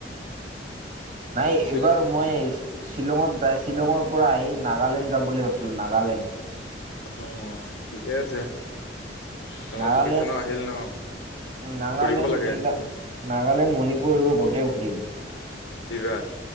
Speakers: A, on the right (about 50°); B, on the left (about 75°).
A: নাই
B: শ্বিলং
A: এইবাৰ মই শ্বিলঙত যাই শ্বিলঙৰ পৰা আহি নাগালেণ্ড যাম বুলি ভাবিছিলো নাগালেণ্ড।
B: অ', ঠিকে আছে। চামাৰ
A: নাগালেণ্ড
B: ভেকেচনো আহিল ন
A: নাগালেণ্ড
B: ঘুৰিব লাগে
A: <unintelligible> নাগালেণ্ড মণিপুৰ এইবোৰ গোটেই ঘূৰিম।
B: এইবাৰ?